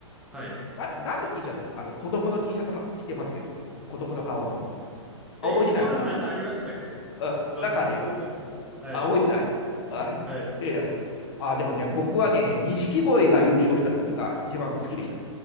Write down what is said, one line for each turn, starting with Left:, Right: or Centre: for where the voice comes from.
Centre: はい。
Left: あ、何の T シャツですかあの、子供の T シャツは着てますけど、子供の顔の。あ、
Centre: え、
Left: 覚えてないですか
Centre: そんなのありましたっけ
Left: うん中で、
Centre: うわ、全然覚えてないな。はい、
Left: あ、覚えてない。あ、
Centre: はい。
Left: で、あ、でもね、僕はね、錦鯉が優勝した時が一番好きでした。